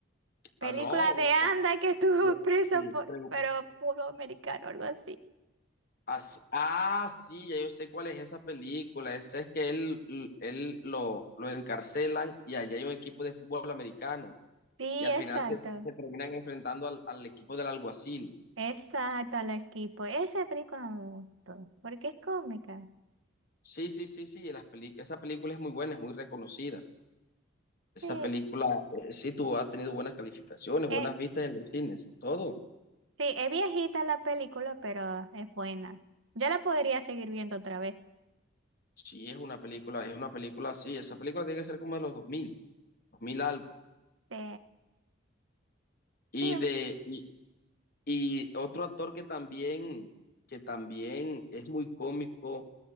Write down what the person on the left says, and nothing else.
Ah, no, o-
o-
o-
sí,
pregu-
así- ah, sí, ya yo sé cuál es esa película. Esa es que él, l- él lo, lo encarcelan y allá hay un equipo de fútbol americano.
Y al
final se, se terminan enfrentando al, al equipo del alguacil.
Sí, sí, sí, sí. las peli- esa película es muy buena, es muy reconocida. Esa
película, eh, sí, tú has tenido buenas calificaciones,
buenas vistas en los cines, todo.
Sí, es una película, es una película así. Esa película tiene que ser como de los dos mil, dos mil algo.
Y
de y, y otro actor que también que también es muy cómico,